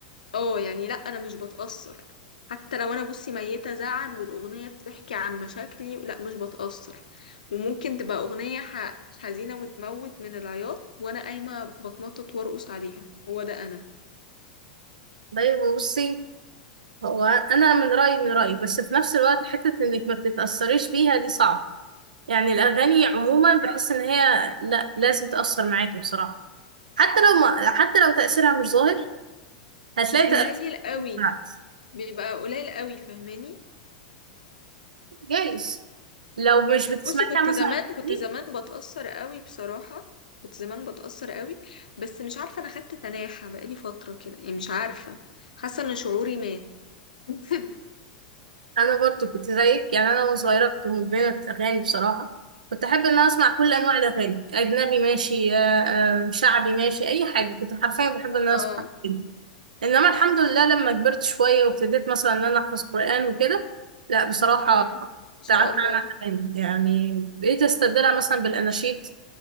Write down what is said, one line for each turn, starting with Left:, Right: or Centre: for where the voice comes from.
Left: اه يعني لأ أنا مش بتأثر حتى لو أنا بصي ميتة زعل والأغنية بتحكي عن مشاكلي لأ مش بتأثر وممكن تبقى أغنية ح- حزينة وتموت من العياط وأنا قايمة بتنطط وأرقص عليها هو ده أنا
Right: طيب بصي هو انا من رايي من رايي بس في نفس الوقت حته انك ما بتتاثريش بيها دي صعب يعني الاغاني عموما بحس ان هي لا لازم تاثر معاكي بصراحه حتى لو ما حتى لو تاثيرها مش ظاهر هتلاقي
Left: قليل
Right: تاثير
Left: قوي
Right: بالعكس
Left: بيبقى قليل قوي فاهماني
Right: جايز لو مش بتسمعيها
Left: بصي كنت
Right: مثلا
Left: زمان كنت
Right: كتير،
Left: زمان بتأثر قوي بصراحة كنت زمان بتأثر قوي بس مش عارفة انا خدت تناحة بقالي فترة كده يعني مش عارفة حاسة ان شعوري مات <laughs>
Right: انا برضو كنت زيك يعني انا وانا صغيره كنت مدمنه اغاني بصراحه كنت احب ان انا اسمع كل انواع الاغاني اجنبي ماشي آه، آه، شعبي ماشي اي حاجه كنت حرفيا بحب ان انا
Left: اه
Right: اسمع كده انما الحمد لله لما كبرت شويه وابتديت مثلا ان انا احفظ قران وكده لا بصراحه
Left: امم ان
Right: تعبت
Left: شاء الله
Right: عنها تماما يعني بقيت استبدلها مثلا بالاناشيد